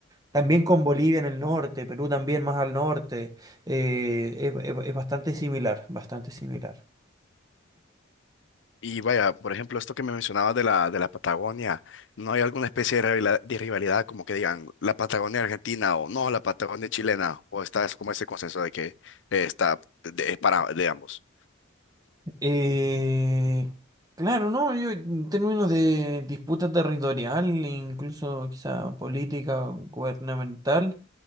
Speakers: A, on the right; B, on the left.
A: También con Bolivia en el norte, Perú también más al norte, eh, es, es- es bastante similar, bastante similar.
B: Y vaya, por ejemplo, esto que me mencionabas de la, de la Patagonia, ¿no hay alguna especie de rivalidad, de rivalidad como que digan la Patagonia argentina o no, la Patagonia chilena? ¿O está es como ese consenso de que eh, está de- es para de ambos?
A: Eh, claro, no, yo en términos de disputa territorial, e incluso quizá política, o gubernamental,